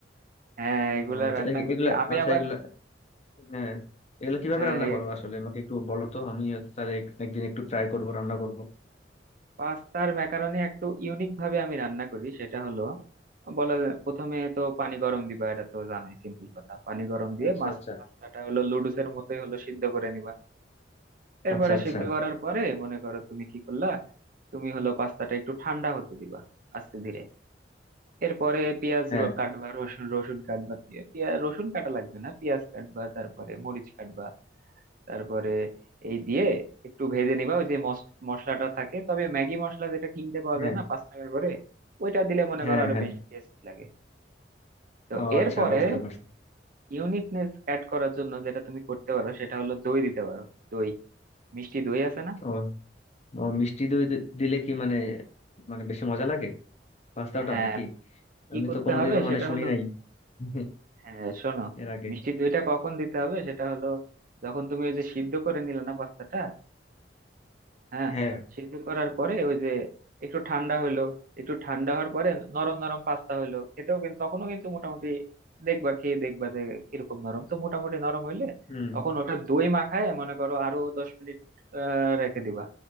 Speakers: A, on the right; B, on the left.
A: হ্যাঁ
B: আহ,
A: এগুলা
B: আচ্ছা
A: রান্না
B: এ-
A: করি
B: এগুলা
A: আমি
B: আচ্ছা
A: আবার
B: এগুলা হ্যাঁ এগুলা কিভাবে
A: হ্যাঁ
B: রান্না
A: এই
B: করো আসলে আমাকে একটু বলো তো আমি তাহলে এক- একদিন একটু ট্রাই করব রান্না করব
A: পাস্তার ম্যাকারনি একটু ইউনিক ভাবে আমি রান্না করি সেটা হলো বলা যায়- প্রথমে তো পানি গরম দিবা এটা তো জানোই সিম্পল কথা পানি গরম দিয়ে
B: আচ্ছা
A: মাছ
B: আচ্ছা
A: পাস্তাটা হলো লুডুসের মতোই হলো সিদ্ধ করে নিবা এরপরে
B: আচ্ছা আচ্ছা
A: সিদ্ধ করার পরে মনে করো তুমি কি করলা তুমি হলো পাস্তাটা একটু ঠান্ডা হতে দিবা আস্তে ধীরে এরপরে পেঁয়াজ
B: হ্যাঁ
A: র- কাটবা রসুন রসুন কাটবা পেঁয়াজ রসুন কাটা লাগবে না পেঁয়াজ কাটবা তারপরে মরিচ কাটবা তারপরে এই দিয়ে একটু ভেজে নিবা ওই যে মস- মশলাটা থাকে তবে ম্যাগি মশলা যেটা কিনতে পাওয়া
B: হ্যাঁ
A: যায় না পাঁচ টাকা করে ওইটা দিলে মনে
B: হ্যাঁ
A: করো আরো
B: হ্যাঁ
A: বেশি টেস্ট লাগে তো
B: ও
A: এরপরে
B: আচ্ছা বুঝতে পারছি
A: ইউনিকনেস অ্যাড করার জন্য যেটা তুমি করতে পারো সেটা হলো দই দিতে পারো দই মিষ্টি দই আছে না
B: ও ও মিষ্টি দই দি- দিলে কি মানে মানে বেশি মজা লাগে পাস্তাটা
A: হ্যাঁ
B: নাকি
A: কি
B: আমি
A: করতে
B: তো কোনোদিনও
A: হবে
B: মানে
A: সেটা
B: শুনি
A: হলো
B: নাই <laughs>
A: হ্যাঁ শোনো
B: এর আগে
A: মিষ্টি দইটা কখন দিতে হবে সেটা হলো যখন তুমি ওই যে সিদ্ধ করে নিলে না পাস্তাটা হ্যাঁ
B: হ্যাঁ
A: সিদ্ধ করার পরে ওই যে একটু ঠান্ডা হলো একটু ঠান্ডা হওয়ার পরে নরম নরম পাস্তা হলো এটাও কিন্তু তখনও কিন্তু মোটামুটি দেখবা খেয়ে দেখবা যে কিরকম নরম তো মোটামুটি নরম হলে
B: হুম
A: তখন ওটা দই মাখায় মনে করো আরো দশ মিনিট আহ, রেখে দিবা